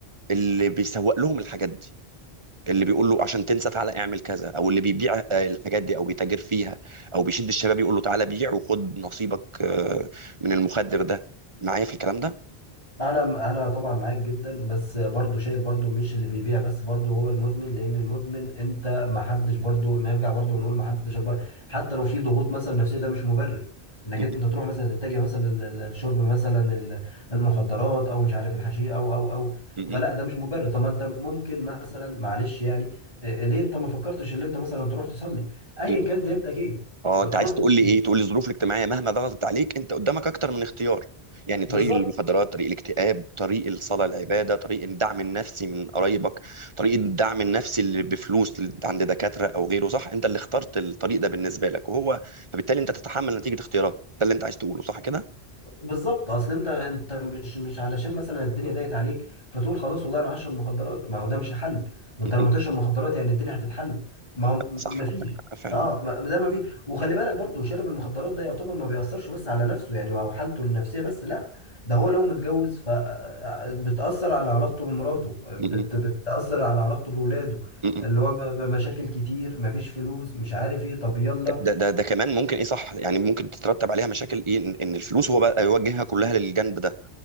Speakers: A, on the right; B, on the left.
A: اللي بيسوق لهم الحاجات دي اللي بيقول له عشان تنسى تعالى اعمل كذا او اللي بيبيع آه، الحاجات دي او بيتاجر فيها او بيشد الشباب يقول له تعالى بيع وخد نصيبك آه، من المخدر ده معايا في الكلام ده
B: انا انا طبعا معاك جدا بس برضو شايف برضو مش اللي بيبيع بس برضو هو المدمن لان المدمن انت ما حدش برضو نرجع برضو نقول ما حدش اكبر حتى لو في ضغوط مثلا نفسيه ده مش مبرر انك
A: م-
B: انت تروح مثلا تتجه مثلا لل- لل- للشرب مثلا ال- المخدرات او مش عارف الحشيش او او او
A: م-
B: فلا ده مش مبرر طب ما انت ممكن مثلا معلش يعني آه، ليه انت ما فكرتش ان انت مثلا تروح تصلي ايا
A: م- م-
B: كان ديانتك ايه
A: اه انت
B: تروح
A: عايز
B: تصلي
A: تقول لي ايه تقول لي الظروف الاجتماعيه مهما ضغطت عليك انت قدامك اكتر من اختيار يعني
B: بالظبط
A: طريق المخدرات طريق الاكتئاب طريق الصلاه العباده طريق الدعم النفسي من قرايبك طريق الدعم النفسي اللي بفلوس اللي عند دكاتره او غيره صح انت اللي اخترت الطريق ده بالنسبه لك وهو فبالتالي انت تتحمل نتيجه اختياراتك ده اللي انت عايز تقوله صح كده
B: بالظبط اصل انت انت مش مش علشان مثلا الدنيا ضايقت عليك فتقول خلاص والله انا هشرب مخدرات ما هو ده مش الحل وانت
A: م-
B: لما
A: م.
B: تشرب مخدرات يعني الدنيا هتتحل ما هو
A: لا،
B: ما
A: صح
B: فيش
A: عندك حق فعلا
B: اه ما- ده ما فيش وخلي بالك برضو شارب المخدرات ده يعتبر ما بيأثرش بس على نفسه يعني او حالته النفسية بس لا ده هو لو متجوز فبتأثر على علاقته بمراته بت
A: م- م.
B: بتأثر على علاقته بولاده
A: م-
B: اللي
A: م.
B: هو م- مشاكل كتير مفيش فلوس مش عارف ايه طب يلا
A: ده ده ده كمان ممكن ايه صح يعني ممكن تترتب عليها مشاكل ايه ان إن الفلوس هو بقى يوجهها كلها للجنب ده